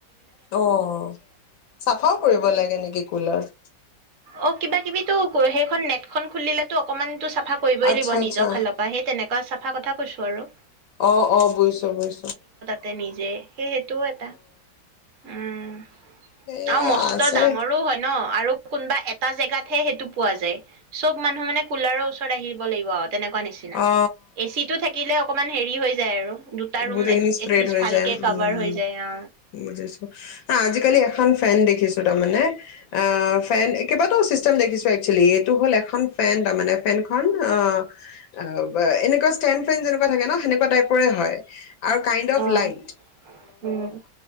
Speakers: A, on the left; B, on the right.
A: অহ, চাফাও কৰিব লাগে নেকি কুলাৰ?
B: অহ, কিবা কিবিতো ক সেইখন নেটখন খুলিলো অকনমান- তো চাফা কৰিবই
A: আচ্ছা
B: লাগিব নিজৰ
A: আচ্ছা
B: ফালৰ পৰা। সেই তেনেকুৱা চাপ- ফা কথা কৈছোঁ আৰু।
A: অহ অহ, বুজিছোঁ বুজিছোঁ।
B: তে নিজে- সেই সেইটোও এটা। উম।
A: সেয়া
B: আৰু মস্ত
A: আছে
B: ডাঙৰো হয় ন আৰু কোনোবা এটা জেগাত হে সেইটো পোৱা যায় চব মানুহ মানে কুলাৰৰ ওচৰত আহিব লাগিব। তেনেকুৱা নিচিনা
A: অ
B: এচি টো থাকিলে অকমান হেৰি হৈ যায় আৰু দুটা ৰুম
A: বুজখিন স্প্ৰেড
B: এটলিষ্ট
A: হৈ
B: ভালকে
A: যায় উম
B: কাভাৰ হৈ যায় অ।
A: বুজাইছো আ আজিকালি এখন ফেন দেখিছো তাৰমানে অ ফেন কেইবাটাও চিষ্টেম ফেন দেখিছো তাৰমানে একচুৱেলি এইটো হ'ল এখন ফেন তাৰমানে ফেনখনন অ এনেকুৱা ষ্টেণ্ড ফেন যেনেকুৱা থাকে ন সেনেকুৱা টাইপৰে হয়। <unintelligible> আৰু kind of
B: O,
A: light
B: um.